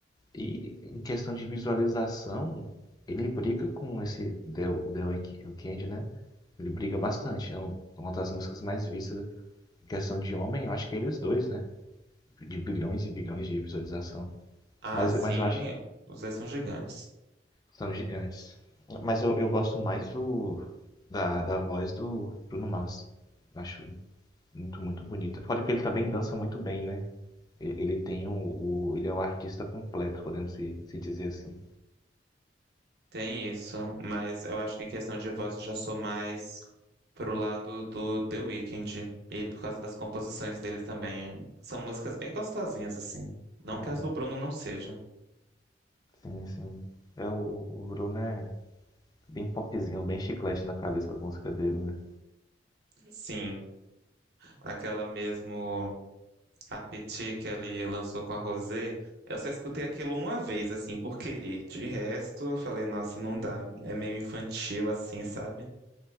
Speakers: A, on the left; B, on the right.
A: E em questão de visualização, ele briga com esse The, The Week- Weeknd, né? Ele briga bastante. É um- uma das músicas mais vistas em questão de homem, eu acho que eles dois, né? De bilhões e bilhões de visualização.
B: Ah,
A: Mas,
B: sim,
A: mas eu acho
B: os dois são gigantes.
A: São gigantes. Mas eu, eu gosto mais do da, da voz do Bruno Mars. Eu Acho muito, muito bonita. Fora que ele também dança muito bem, né? E- Ele tem o, o- ele é o artista completo, podemos se, se dizer assim.
B: Tem isso, mas eu acho que em questão de voz eu já sou mais pro lado do The Weeknd. E por causa das composições dele também. São músicas bem gostosinhas, assim. Não
A: É,
B: que as do Bruno não sejam.
A: sim, sim. É, o, o Bruno é bem popzinho, bem chiclete na cabeça com as músicas dele, né?
B: Sim, aquela mesmo Appetit que ele lançou com a Rosé, eu só escutei aquilo uma vez, assim, por querer. De resto, eu falei, nossa, não dá. É meio infantil, assim, sabe?